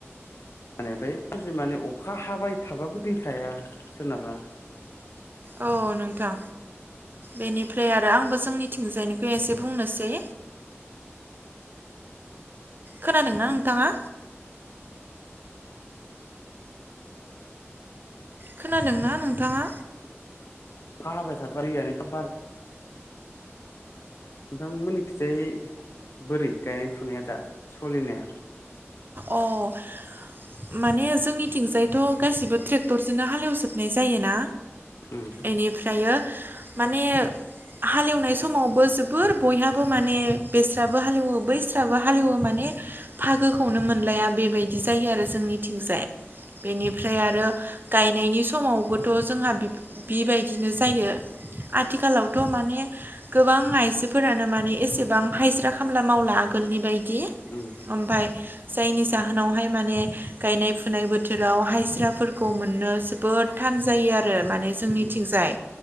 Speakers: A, on the left; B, on the right.
A: माने ओमफाय गाज्रि माने अखा हाबाय थाबाबो दै थाया सोरनाबा
B: अ नोंथां बेनिफ्राय आरो आंबो जोंनिथिजायनिखौ एसे बुंनोसै खोनादोंना नोंथाङा? खोनादोंना नोंथाङा?
A: अखा हाबायथा दैयानो द बार नोंथांमोननिखिजाय बोरै गायनाय फुनाया दा सलिनाया?
B: अह माने जोंनिथिंजायथ' गासिबो ट्रेक्टरजोंनो हालेवजोबनाय जायोना
A: उम
B: एनिफ्रायो माने हालेवनाय समावबो जोबोर बयहाबो माने बेस्राबो हालेवो बैस्राबो हालेवो माने फागोखौनो मोनलाया बेबायदि जायो आरो जोंनिथिंजाय बेनिफ्राय आरो गायनायनि समावबोथ' जोंहा बिब-बिबायदिनो जायो। आथिखालावथ' माने गोबां आइजोफोरानो माने एसेबां हायजिर खामला मावला। आगोलनि बायदि
A: उम
B: ओमफाय जायनि जाहोनावहाय माने गायनाय फुनाय बोथोराव हायजिरफोरखौ मोननो जोबोद थान थान जायो आरो माने जोंनिथिंजाय
A: उम